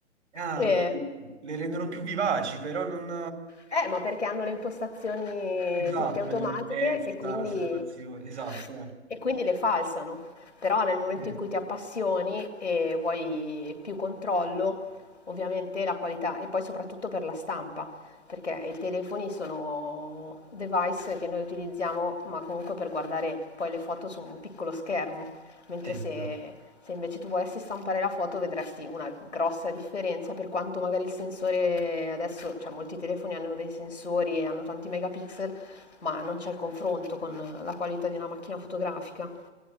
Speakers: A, on the right (about 65°); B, on the left (about 80°).
A: ah,
B: Eh,
A: ok, Le rendono più vivaci, però non...
B: eh, ma perché hanno le impostazioni
A: Esatto,
B: tutte automatiche
A: la limpidezza,
B: e quindi...
A: la saturazione, esatto.
B: E quindi le falsano, però nel momento
A: eh.
B: in cui ti
A: Eh,
B: appassioni e vuoi più controllo, ovviamente la qualità e poi soprattutto per la stampa, perché i telefoni sono device che noi utilizziamo, ma comunque per guardare poi le foto su un piccolo schermo mentre
A: Sì,
B: se, se invece tu volessi stampare la foto vedresti una grossa differenza per quanto magari il sensore adesso, cioè molti telefoni hanno dei sensori e hanno tanti megapixel, ma non c'è il confronto con la qualità di una macchina fotografica.